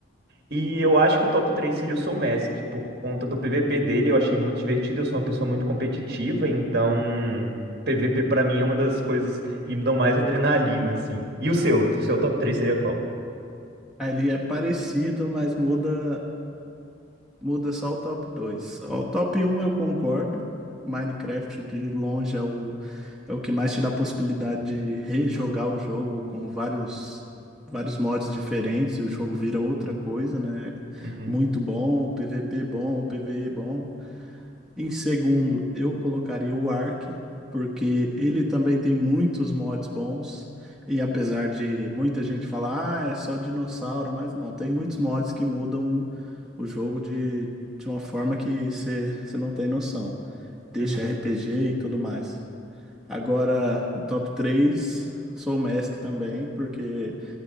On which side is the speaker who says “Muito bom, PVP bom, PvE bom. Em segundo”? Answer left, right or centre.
Centre